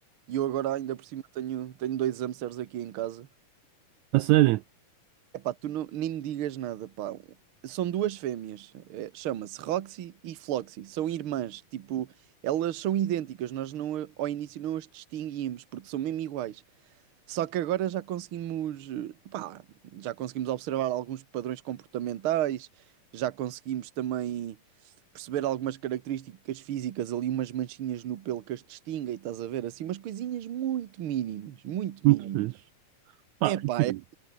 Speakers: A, on the right (about 60°); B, on the right (about 85°).
A: E eu agora, ainda por cima, tenho, tenho dois hamsters aqui em casa.
B: A sério?
A: É pá, tu não, nem me digas nada, pá. São duas fêmeas. É, chama-se Roxy e Floxy. São irmãs. Tipo, elas são idênticas. Nós não, a- ao início não as distinguíamos porque são mesmo iguais. Só que agora já conseguimos, eh, pá, já conseguimos observar alguns padrões comportamentais, já conseguimos também perceber algumas características físicas ali, umas manchinhas no pelo que as distinguem, estás a ver? Assim, umas coisinhas muito mínimas, muito
B: Muito
A: mínimas.
B: fixe. Pá,
A: Epá,
B: é o seguinte.
A: é,